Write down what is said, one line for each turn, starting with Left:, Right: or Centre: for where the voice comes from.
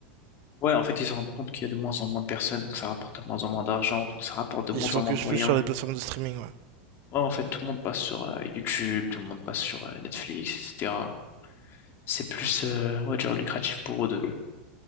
Left: Ouais, en fait, ils se rendent compte qu'il y a de moins en moins de personnes, donc ça rapporte de moins en moins d'argent, donc ça rapporte de moins
Right: Ils se focus
Left: en moins de moyens.
Right: plus sur les plateformes de streaming, ouais.
Left: Ouais, en fait, tout le monde passe sur euh, YouTube, tout le monde passe sur euh, Netflix, etc. C'est plus, euh, on va dire, lucratif pour eux de,